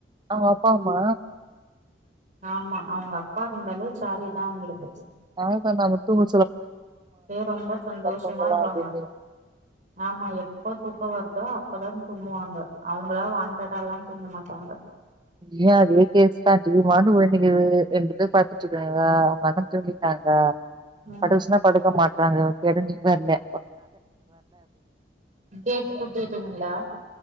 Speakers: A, on the right; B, on the right.
A: அவுங்கப்பாவுமா
B: ஆமா அவங்க அப்பா இருந்தாலே ஜாலி தா அவுங்களுக்கு
A: பகல்ல நாம தூங்
B: ரொம்ப சந்தோஷமா
A: தூங்கலா
B: இருப்பாங்க
A: அப்டின்னு
B: ஆமா எப்ப தூக்க வருதோ அப்பதா தூங்குவாங்க அவங்களா வாண்டாடா எல்லா தூங்கமாட் அவங்க
A: ங்கயு அதே கேஸ் தா டி வி பாட்க்கு ஓடிட்ருக்கிது ரெண்டு பேர் பாத்துட்ருக்காங்க உங்கண்ண தூங்கிட்டாங்க
B: ம்
A: படுக்சொன்னா படுக்க மாட்றானுகொ எதோ நீங்க வர்ல
B: கேட்டுகுட்டே தூங்குங்லா